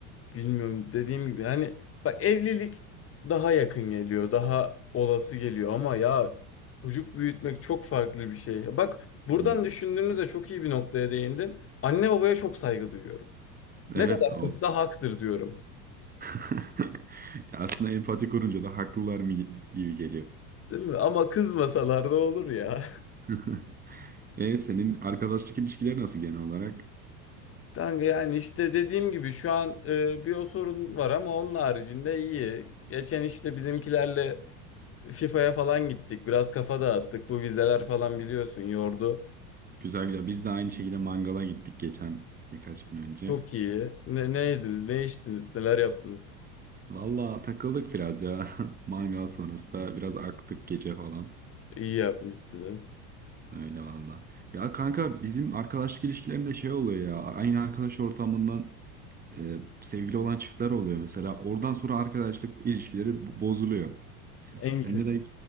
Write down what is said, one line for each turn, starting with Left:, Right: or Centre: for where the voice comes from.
Left: Bilmiyorum dediğim gibi hani bak evlilik daha yakın geliyor daha olası geliyor ama ya çocuk büyütmek çok farklı bir şey. Bak buradan
Right: Evet.
Left: düşündüğümüzde çok iyi bir noktaya değindin. Anne babaya çok saygı duyuyorum. Ne
Right: Evet,
Left: kadar
Right: o
Left: kızsa haktır diyorum.
Right: <laughs> Ya Aslında empati kurunca da haklılar mı gi- gibi geliyor.
Left: Değil mi? Ama kızmasalar da olur ya.
Right: <laughs> E senin arkadaşlık ilişkileri nasıl genel olarak?
Left: <laughs> Kanka yani işte dediğim gibi şu an e, bir o sorun var ama onun haricinde iyi. Geçen işte bizimkilerle FIFA'ya falan gittik. Biraz kafa dağıttık. Bu vizeler falan biliyorsun yordu.
Right: Güzel güzel. Biz de aynı şekilde mangala gittik geçen birkaç gün önce.
Left: Çok iyi. Ne, ne yediniz, ne içtiniz, neler yaptınız?
Right: Valla takıldık biraz ya. <laughs> Mangal sonrası da biraz aktık gece falan.
Left: İyi yapmışsınız.
Right: Öyle valla. Ya kanka bizim arkadaşlık ilişkilerinde şey oluyor ya. Aynı arkadaş ortamından e, sevgili olan çiftler oluyor mesela. Oradan sonra arkadaşlık ilişkileri bo- bozuluyor. Siz,
Left: En
Right: sende
Left: kötü.
Right: de